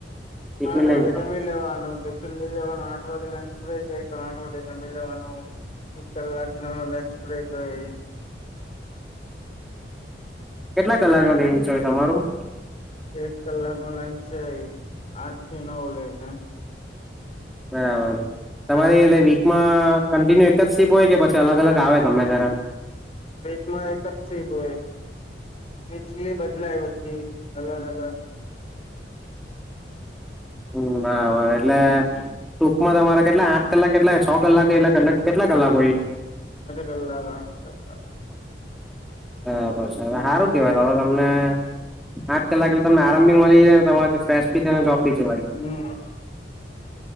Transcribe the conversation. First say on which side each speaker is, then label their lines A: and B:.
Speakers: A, in the centre; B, on the left (about 35°).
A: ટિફિન
B: નાડવા
A: લઈ જાવ
B: જમીન લેવા ઉ લઈ જવાનું આઠ વાગે લંચ બ્રેક હઈ તો આઠ વાગે જમી લેવાનું એક કલાકનો લંચ બ્રેક હઈ
A: કેટલા કલાકો ને ઇંચો તમારું
B: એક કલાક નો લાઈન છે આઠ થી નવ લઈને
A: બરાબર તમારે એ વીકમાં કન્ટિન્યુ સીપ હોય કે પછ અલગ અલગ આવે ગમે ત્યારે
B: વચમાં એક જ છે ભય એટલી બદલાઈ બધી અલગ અલગ
A: હમ બરાબર એટલે ટૂંકમાં તમારા કેટલા આઠ કલાક કેટલા સો કલાક એટ કેટલા કલાકોય
B: કલાક આઠ કલાક
A: હરાબ હવે સારું કેવા તમને આઠ કલાક એટલે તમને આરામ ભી મળી જાયને તમારે ફેશ ભી થને જોબ બી જવાય
B: હમ